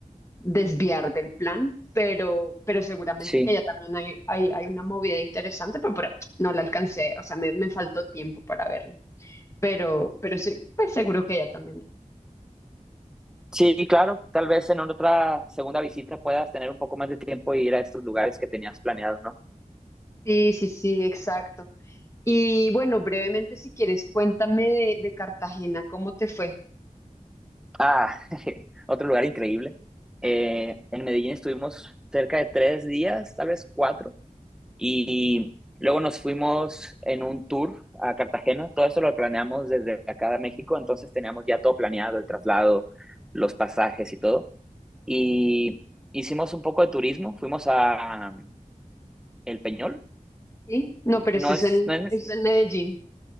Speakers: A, on the left; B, in the centre.
A: desviar del plan. Pero, pero seguramente
B: Sí.
A: que allá también hay, hay, hay una movida interesante, pero, pero no la alcancé. O sea, me, me faltó tiempo para verlo. Pero, pero sí, pues seguro que allá también
B: Sí, claro, tal vez en otra segunda visita puedas tener un poco más de tiempo y ir a estos lugares que tenías planeado, ¿no?
A: Sí, sí, sí, exacto. Y bueno, brevemente, si quieres, cuéntame de, de Cartagena, ¿cómo te fue?
B: Ah, <laughs> otro lugar increíble. Eh, en Medellín estuvimos cerca de tres días, tal vez cuatro, Y luego nos fuimos en un tour a Cartagena. Todo eso lo planeamos desde acá de México, entonces teníamos ya todo planeado, el traslado, los pasajes y todo. Y hicimos un poco de turismo, fuimos a um, El Peñol.
A: ¿Sí? No, pero
B: No
A: ese es
B: es,
A: en,
B: no es,
A: ese es en Medellín.